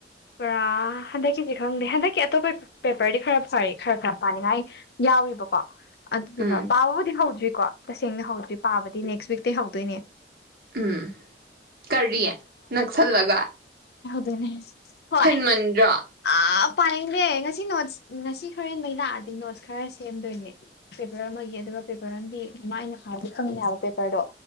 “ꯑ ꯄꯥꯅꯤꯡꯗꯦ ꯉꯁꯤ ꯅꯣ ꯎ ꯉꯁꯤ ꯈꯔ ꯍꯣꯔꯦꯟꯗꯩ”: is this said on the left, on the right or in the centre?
Left